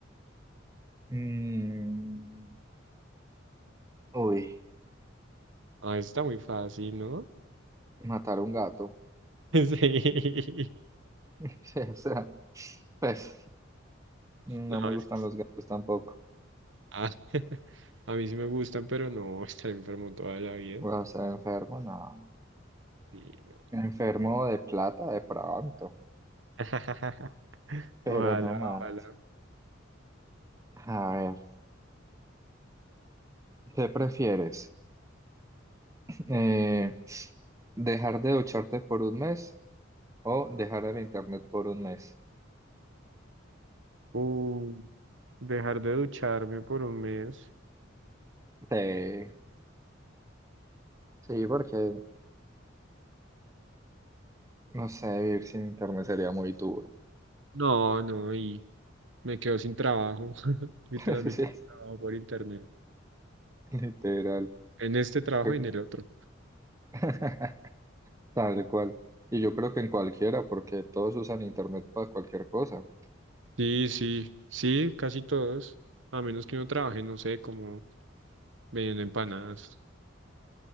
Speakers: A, on the right (about 15°); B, on the right (about 70°).
A: Mm, uy,
B: Ah, eso está muy fácil, ¿no?
A: matar a un gato.
B: <laughs> Sí.
A: <laughs> Sí, o sea, pues no
B: No,
A: me
B: es
A: gustan
B: que...
A: los gatos tampoco.
B: Ah, <laughs> a mí sí me gustan, pero no <laughs> estar enfermo toda la vida.
A: O sea, enfermo, no.
B: Sí, no.
A: Enfermo de plata de pronto,
B: <laughs>
A: pero
B: Ojalá,
A: no más.
B: ojalá.
A: A ver, ¿qué prefieres? Eh, ¿dejar de ducharte por un mes o dejar el internet por un mes?
B: Uh, dejar de ducharme por un mes.
A: Sí, sí, porque no sé, vivir sin internet sería muy duro.
B: No, no, y me quedo sin trabajo, <laughs> literalmente
A: <laughs> Sí,
B: trabajo por internet,
A: literal.
B: en este trabajo
A: creo-
B: y en el otro.
A: <laughs> Tal cual. Y yo creo que en cualquiera, porque todos usan internet para cualquier cosa.
B: Sí, sí, sí, casi todos, a menos que uno trabaje, no sé, como vendiendo empanadas,